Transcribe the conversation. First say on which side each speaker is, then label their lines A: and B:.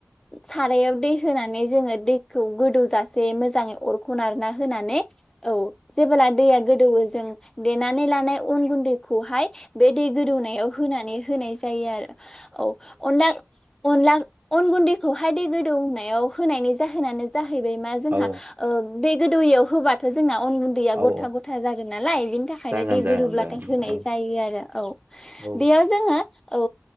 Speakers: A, on the left; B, on the right.
A: सारायाव दै होनानै जोङो दैखौ गोदौ जासे मोजाङै अरखौ नारना होनानै औ जेबोला दैया गोदौ जों देनानै लानाय उन गुन्दैखौ हाय बे दै गोदौ नायाव होनानै होनाय जायो आरो औ अनला अनला अन गुन्दैखौ हाय दै गोदौ नायाव होनायनि जाहोनानो जाहैबाय मा जोंहा
B: औ
A: ओ गोदौयि आव होबाथ' जोंना अन गुन्दैया गथा
B: औ
A: गथा जागोन नालाय बिनि थाखाय यनो
B: जागोन
A: दै
B: जागोन
A: गोदौब्ला
B: जागोन
A: थाय होनाय
B: औ
A: जायो आरो औ
B: औ
A: बेयाव जोङो औ